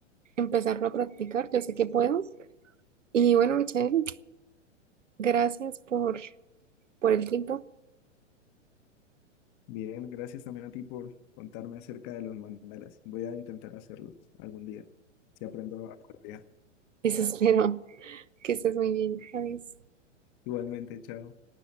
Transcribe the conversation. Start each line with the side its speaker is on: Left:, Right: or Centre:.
Right: empezarlo a practicar. Yo sé que puedo. Y bueno, Michelle, gracias por, por el tiempo.
Left: Bien, gracias también a ti por contarme acerca de los mandalas. Voy a intentar hacerlos algún día, si aprendo a colorear.
Right: Eso espero que estés muy bien. Adiós.
Left: Igualmente, chao.